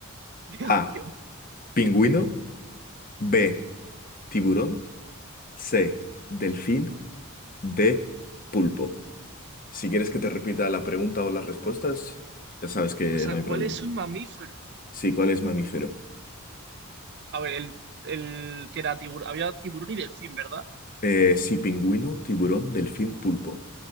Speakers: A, on the right (about 50°); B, on the left (about 40°).
A: Dios
B: A,
A: mío.
B: pingüino, B, tiburón, C, delfín, D, pulpo. Si quieres que te repita la pregunta o las respuestas, ya sabes que
A: O sea,
B: no hay
A: ¿cuál
B: problema.
A: es un mamífero?
B: Sí, ¿cuál es mamífero?
A: A ver, el, el que era tiburón. Había tiburón y delfín, ¿verdad?
B: Eh, sí, pingüino, tiburón, delfín, pulpo.